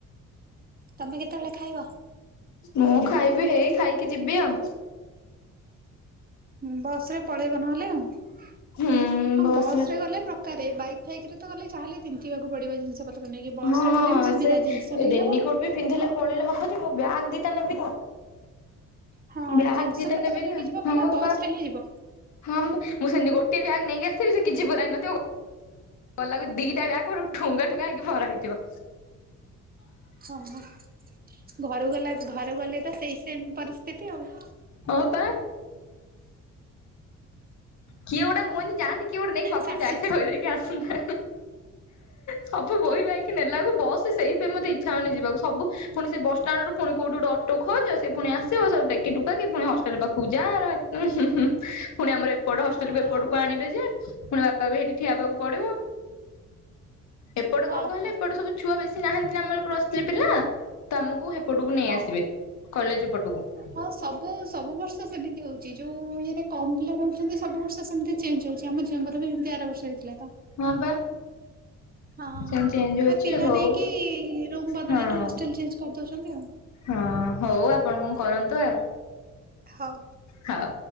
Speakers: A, on the right (about 30°); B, on the left (about 65°).
A: ତମେ କେତେବେଳେ ଖାଇବ?
B: ମୁଁ ଖାଇବି ହେଇ ଖାଇକି ଯିବି ଆଉ।
A: ହୁଁ ବସ୍ ରେ ପଳେଇବ ନହେଲେ ଆଉ
B: ହୁଁ
A: ହଁ
B: ବସରେ
A: ବସ୍ ରେ ଗଲେ ପ୍ର ପାରେ ବାଇକ୍ ଫାଇକ୍ ରେ ତ ଗଲେ ଯାହେଲେ ତିନ୍ତିବାକୁ ପଡିବ ଜିନ୍ଷ ପତ୍ର ନେଇକି ବସରେ
B: ହଁ ହଁ
A: ଗଲେ ବି ସୁବିଧା
B: ସେ
A: ଜିନ୍ଷ ନେଇ
B: ରେନିକୋଟ
A: ହବ।
B: ବି ପିନ୍ଧିଲି ପଳେଇଲେ ହବ ଯେ ମୁଁ ବ୍ୟାଗ ଦିଟା ନେବି।
A: ହଁ
B: ବ୍ୟାଗ୍
A: ଜିନିଷ
B: ଦିଟା
A: ପତ୍ର
B: ନେବିନା
A: ନେଇକି ଯିବ ମାନେ
B: ହଁ
A: ବସ
B: ପା।
A: ରେ ହିଁ ଯିବ।
B: ହଁ ମୁଁ ସେଁତି ଗୋଟେ ବ୍ୟାଗ୍ ନେଇକି ଆସ୍ ଥିବି ସେ କିଛି ପୁରାହେଇନଥିବ ଗ ଲାଗକୁ ଦିଟା ବ୍ୟାଗ୍ କ ଠୁଙ୍ଗାଠୁଙ୍ଗା ହେଇକି ଭରା ହେଇଥିବ।
A: ଅ ହଁ। ଘରୁ ଗଲା ଘରୁ ଗଲେ ତ ସେଇ ସେମ୍ ପରିସ୍ତିତି ଆଉ।
B: ହଁ ପା କିଏ ଗୋଟେ ମୁଁ ଏନ୍ତି ଯାଆନ୍ତି କିଏ ଗୋଟେ ନେଇକି ପଛରେ
A: ଶାଶୁ
B: ବ୍ୟାଗ୍ ଟା ଥୋଇଦେଇକି ଆସନ୍ତା। ସବୁ ବୋହି ବାହିକି ନେଲାକୁ ବସ୍ଏ ସେଇଥି ପାଇଁ ମତେ ଇଚ୍ଛା ହୋଉନି ଯିବାକୁ ସବୁ ପୁଣି ସେ ବଷ୍ଟାଣ୍ଡ୍ ରୁ ଫୁଣି କୋଉଠି ଗୋଟେ ଅଟୋ ଖୋଜ ସେ ପୁଣି ଆସିବ ସବୁ ଟେକି ଟୁକାକି ପୁଣି ହଷ୍ଟେଲ୍ ପାଖକୁ ଯା ଉଁ ହୁ-ହୁ-ହୁ ଫୁଣି ଆମର ପଟ ହଷ୍ଟେଲ୍
A: ହଁ
B: କୁ ଏପଟୁକୁ ଆଣିବେ ଯେ ଫୁଣି ବାପା ବି ହେଠି ଠିଆ ହେବାକୁ ପଡିବ। ଏପଟେ
A: ହଁ
B: କଁ କହିଲେ
A: ହଁ
B: ଏପଟେ ସବୁ ଛୁଆ ବେଶୀ ନାହାନ୍ତି ନା ଆମର ପ୍ଲସ୍ ଥ୍ରୀ ପିଲା ତ ଆମକୁ ହେପଟୁକୁ ନେଇ
A: ହଁ।
B: ଆସିବେ କଲେଜ ଏପଟୁକୁ।
A: ହଁ ସବୁ ସବୁ ବର୍ଷ ସେମିତି ହୋଉଛି ଯୋଉ ଇଏରେ କମ୍ ପିଲା ରହୁଚନ୍ତି ସବୁ ବର୍ଷ ସେମ୍ତି ଚେଞ୍ଜ ହୋଉ ଆମ ଝିଅଙ୍କର ବି ଏମ୍ତି ଆର ବର୍ଷ ହେଇଥିଲା ତ
B: ହଁ ବା
A: ହଁ।
B: ସେମିତି ଚେଞ୍ଜ ହଉଛି
A: ହେ ପିଲା
B: ହଉ
A: ନେଇକି ରୁମ୍ ବଦଳେଇକି
B: ହଁ
A: ହଷ୍ଟେଲ୍ ଚେଞ୍ଜ୍ କରିଦୋଉଚନ୍ତି ଆଉ।
B: ହଁ ହୋଉ ଆପଣ କଁ କରନ୍ତୁ ଆଉ।
A: ଥାଉ।
B: ହଉ।